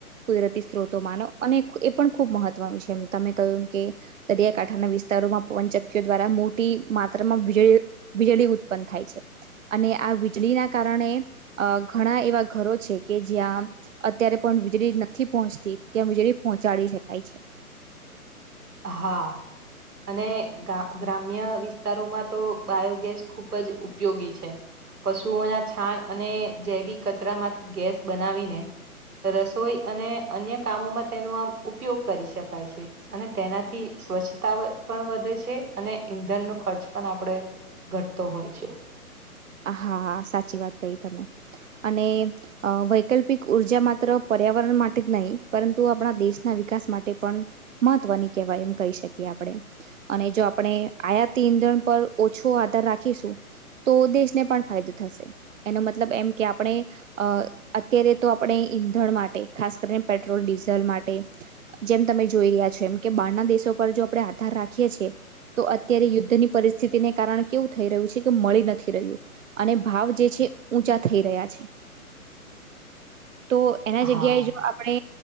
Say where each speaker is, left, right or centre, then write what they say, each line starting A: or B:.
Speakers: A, on the right; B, on the right.
A: કુદરતી સ્ત્રોતો માનો અને એ પણ ખુબ મહત્વનું છે એમ તમે કહ્યું એમ કે દરિયાકાંઠાના વિસ્તાર વિસ્તારમાં પવનચકીઓ દ્વારા મોટી માત્રામાંજળી વીજળી ઉ થાય છે અને આ વીજળીના કારણે અ ઘણા એવા ઘરો છે કે જ્યાં અત્યારે પણ વીજળી નથી પહોંચતી ત્યાં વીજળી પહોંચાડી શકાય છે
B: હા અને ગ ગ્રામ્ય વિસ્તારોમાં તો બાયોગેસ ખૂબ જ ઉપયોગી છે પશુઓના છાણ અને જૈવિક કચરા માંથી ગેસ બનાવીને રસોઈ અને અન્ય કામોમાં તેનો આમ ઉપયોગ કરી શકાય છે અને તેનાથી સ્વચ્છતા પણ વધે છે અને ઈંધણનો ખર્ચ પણ આપણે ઘટતો હોય હોય છે
A: હા સાચી વાત કહી તમે અને વૈકલ્પિક ઉર્જા માત્ર પર્યાવરણ માટે જ નહીં પરંતુ આપણા દેશના વિકાસ માટે પણ મહત્વની કહેવાય એમ કહી શકીએ આપણે અને જો આપણે આયાતી ઓછો આધાર રાખીશું તો દેશ ને પણ ફાયદો થશે એનો મતલબ એમ કે આપણે અત્યારે તો આપણે ઈંધણ માટે ખાસ કરીને પેટ્રોલ ડીઝલ માટે જેમ તમે જોઈ રહ્યા છો એમ કે બારના દેશો પર જો આપણે આધાર રાખીએ છીએ તો અત્યારે યુદ્ધની પરિસ્થિતિને કારણ કેવું થઈ રહ્યું છે કે મળી નથી રહ્યું અને ભાવ જે છે ઊંચા થઈ રહ્યા છે તો એના
B: હા
A: જગ્યાએ જો આપણે